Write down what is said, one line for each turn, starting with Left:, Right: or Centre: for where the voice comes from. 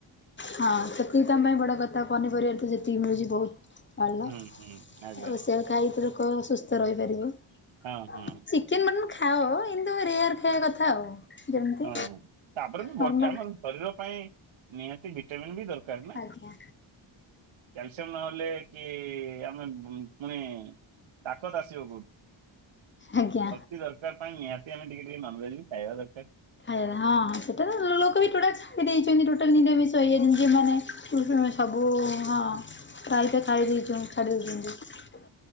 Left: ହଁ ସେତିକି ତମ ପାଇଁ ବଡ କଥା ପନିପରିବାାର ତ ଯେତିକି ମିଳୁଛି ବହୁତ। କଣଲ
Right: ହୁଁ ହୁଁ ଆଜ୍ଞା
Left: ଆଉ ସେଇଆ ଖାଇକି ଲୁକ ସୁସ୍ଥ ରହିପାରିବେ ଚି
Right: ହଁ ହଁ
Left: ଚିକେନ ମଟନ ଖାଅ କିନ୍ତୁ ରେୟାର ଖାଇବା କଥା ଆଉ। ଯେମିତି
Right: ହଁ ତାପରେ
Left: ନର୍ମାଲ
Right: ବି ଆମର ଶରୀର ପାଇଁ ନିହାତି ଭିଟାମିନ୍ ବି ଦରକାର ନା।
Left: ଆଜ୍ଞା
Right: କ୍ୟାଲସିୟମ ନହେଲେ କି ଆମେ ପୁଣି ତାକତ ଆସିବ କୋଉଠୁ
Left: ଆଜ୍ଞା।
Right: ଶକ୍ତି ଦର ଦରକାର ପାଇଁ ନିହାତି ଆମେ ଟିକେ ଟିକେ ନନଭେଜେ ବି ଖାଇବା ଦରକାର।
Left: ଆଜ୍ଞା ହଁ ସେଟା ତ ଲୋକ ବି ଟୋଟା୍ଲ ଛାଡ଼ି ଦେଇଛନ୍ତି ଟୋଟାଲ ନିଦ ବିଷ ହେଇଜାଛନ୍ତି ଝେମାନେ। ସବୁ ହଁ ପ୍ରାୟତ ଛାଡ଼ି ଦେଇଚୁ ଛାଡ଼ି ଦେଇଚନ୍ତି।